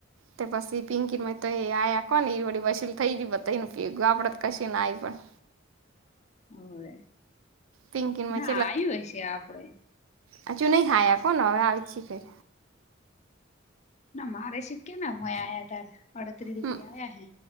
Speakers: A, on the right; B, on the left.
A: તે પછી પિંકીમાં તો એ આ્યા કોહ ને એ વી વસીલ થઈ ગ એને આપડ જ કશી ને આવી પણ
B: હવે
A: પિંકીમાં
B: ના આવ્યું હ છે, આપડે
A: આ ચું નહ હાયા કો નને આવી છ ફેર
B: ના મારે શીખ્યા મ આ્યા તાર અડત્રી રૂપિયા
A: હમ
B: આ્યા હે